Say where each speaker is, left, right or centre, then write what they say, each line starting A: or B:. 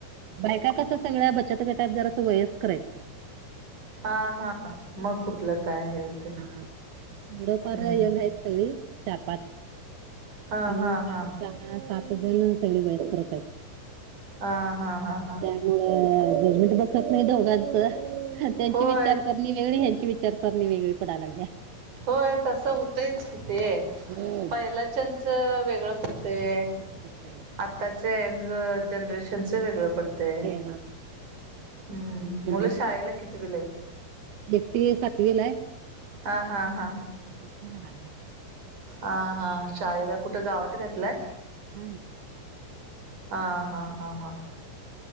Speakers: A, on the right; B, on the right.
A: बायका कस सगळ्या बचत गटात जरास वयस्कर येत.
B: हा हा मग कुठलं काय हे होते
A: हं हा थोडं फार
B: हम्म
A: यंग हायत. तरी चार पाच
B: हा
A: आणि
B: हा हा
A: त्यामुळ सात जरी सगळी वयस्करच हायत.
B: आ हा हा हा
A: व्हय जजमेंट बसत नाय घराच त्याचे
B: होय
A: विचार कर नी वेगळी ह्यांची विचार सरणी वेगळी पडाय लागलीये.
B: होय तसं होतइच की ते
A: हम्म
B: पहिलाच्यांच वेगळं पडतय.
A: पडतंय.
B: आत्ताच्या यंग जनरेशनचं वेगळं पड ते
A: वेगळं पडतंय.
B: हम्म
A: कॉम्बिनेशन
B: मुलं शाळेला कितीवीला येत?
A: एक ती सातवीला हाय
B: हा हा हा
A: हाय एक ती लहान हाय.
B: आ हा शाळेला कुठ गावात घातलाय?
A: हा
B: हा हा हा हा.